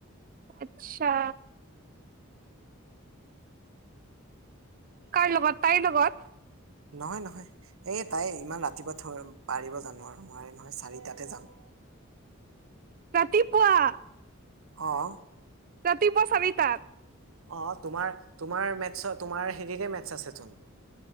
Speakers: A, on the right (about 40°); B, on the right (about 75°).
A: আচ্ছা। কাৰ লগত, তাইৰ লগত?
B: নহয়, নহয়, এই তাই ইমান ৰাতিপুৱা থ পাৰিব জানো আৰু নোৱাৰে নহয়, চাৰিটাতে যাম।
A: ৰাতিপুৱা
B: অঁ।
A: ৰাতিপুৱা চবিতা
B: অ, তোমাৰ, তোমাৰ মেথছ তোমাৰ হেৰিৰে মেথছ আছেচোন।